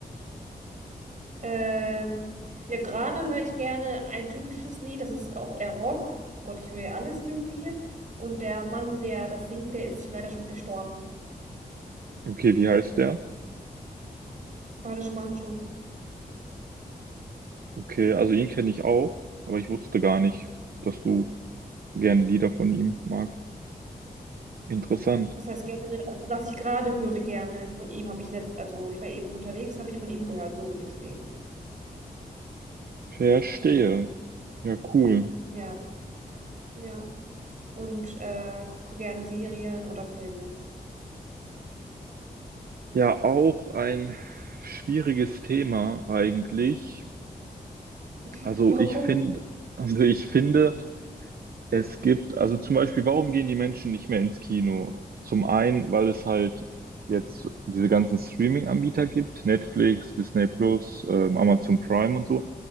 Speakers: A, on the right (about 55°); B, on the right (about 75°).
A: Ähm, ja, gerade höre ich gerne ein türkisches Lied, das ist auch eher Rock. Oh Gott, ich höre ja alles Mögliche. Und der Mann, der das singt, der ist leider schon verstorben.
B: Okay, wie heißt der?
A: Barış Manço.
B: Okay, also ihn kenne ich auch, aber ich wusste gar nicht, dass du gerne Lieder von ihm magst. Interessant.
A: Das heißt gerne, also was ich gerade höre gerne von ihm, habe ich letzt, also ich war eben unterwegs, habe ich von ihm gehört, so deswegen.
B: Verstehe. Ja, cool.
A: Ja, ja. Und äh, guckst du gerne Serien oder Filme?
B: Ja, auch ein schwieriges Thema eigentlich.
A: <laughs>
B: Also
A: Warum?
B: ich finde, also ich finde, Es gibt, also zum Beispiel, warum gehen die Menschen nicht mehr ins Kino? Zum einen, weil es halt jetzt diese ganzen Streaming-Anbieter gibt, Netflix, Disney Plus, ähm, Amazon Prime und so.